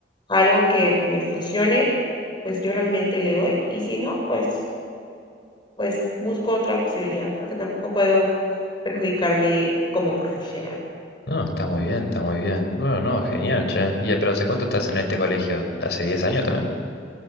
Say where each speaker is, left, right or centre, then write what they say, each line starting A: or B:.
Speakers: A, on the left; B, on the left.
A: algo que me funcione, pues yo realmente le doy y si no, pues, pues busco otra posibilidad porque tampoco puedo perjudicarme como profesional.
B: No, está muy bien, está muy bien. Bueno, no, genial, che. ¿Y pero hace cuánto estás en este colegio? ¿Hace diez años también?